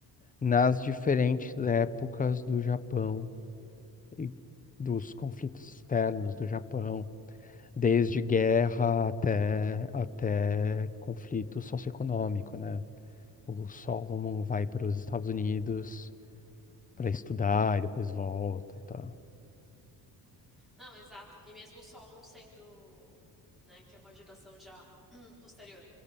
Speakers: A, on the left; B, in the centre.
A: nas diferentes épocas do Japão. e dos conflitos externos do Japão, desde guerra até, até conflito socioeconômico, né? O Solomon vai para os Estados Unidos para
B: Uhum.
A: estudar e depois volta e tal.
B: Não, exato. E mesmo o Solon sendo, né, que é uma geração já <clears throat> posterior,